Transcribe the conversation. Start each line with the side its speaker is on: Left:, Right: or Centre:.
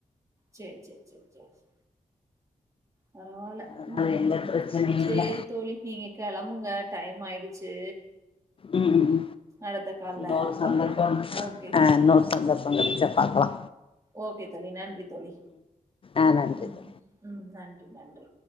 Right: சேரி சேர் சேர் சேர் சே பரவால்ல
Left: அதனால
Right: ம்
Left: எந்த பிரச்சனையு
Right: சேரி
Left: இல்ல
Right: தோழி நீங்க கெளம்புங்க டைம் ஆயிடுச்சு
Left: ம் ம்
Right: அடுத்த கால்ல
Left: ம் ஆ
Right: பாக்கலா ஓகே
Left: இன்னொரு சந்தர்ப்பம் கெடச்சா பாக்லா
Right: ஓக்கே தோழி நன்றி தோழி
Left: ஆ நன்றி
Right: ம்
Left: தோழி
Right: ம் ம் நன்றி நன்றி